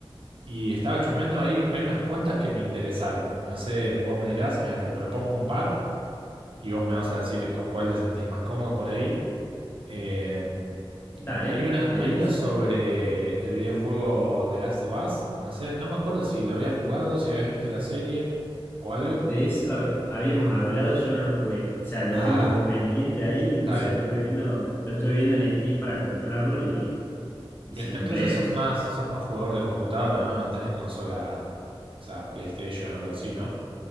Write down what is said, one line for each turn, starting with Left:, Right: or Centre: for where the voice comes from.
Right: y estaba chusmeando ahí, hay unas cuantas que me interesaron. No sé, vos me dirás, mira, te propongo un par y vos me vas a decir con cuál te sentís más cómodo por ahí. Em,
Left: Dale,
Right: Hay una,
Left: de
Right: hay
Left: 10.
Right: una sobre el videojuego The Last of Us. No sé, no me acuerdo si lo habías jugado, si habías visto la serie o algo.
Left: De eso habíamos hablado y yo no lo jugué. O sea, lo
Right: Ah,
Left: tengo como pendiente ahí, incluso
Right: está bien.
Left: lo estuve viendo, lo estuve viendo en Steam para comprarlo y, y
Right: Bien,
Left: sí,
Right: entonces
Left: en breves.
Right: sos más, sos más jugador de computadora, ¿no? No tenés consola, o sea, PlayStation o algo así, ¿no?